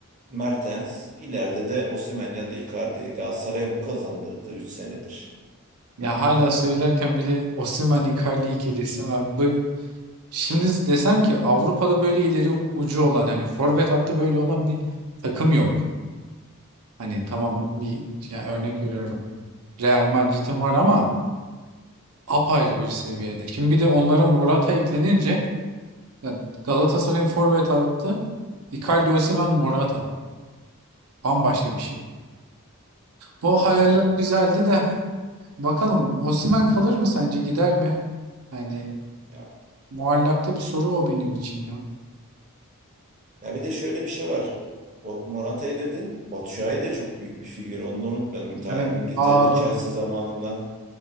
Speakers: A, on the right; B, on the right.
A: Mertens, ileride de Osimhen ya da Icardi. Galatasaray'a bu kazandırdı 3 senedir.
B: Ya hala söylerken bile Osimhen Icardi ikilisi abi bu şimdi desem ki Avrupa'da böyle ileri ucu olan hani forvet hattı böyle olan bir takım yok. Hani tamam bir yani örnek veriyorum. Real Madrid'in var ama apayrı bir seviyede. Şimdi bir de onlara Morata eklenince ya Galatasaray'ın forvet hattı Icardi, Osimhen, Morata bambaşka bir şey. O hayaller
A: Ya,
B: güzeldi de bakalım Osimhen kalır mı sence gider mi? Yani
A: ya,
B: muallakta bir soru o benim için ya.
A: ya bir de şöyle bir şey var. O Morata'yı dedin. Batu Şua'yı da çok büyük bir figür. Onu da unutmayalım. Ta
B: Evet.
A: İngiltere'de
B: Aa dur.
A: Chelsea zamanından.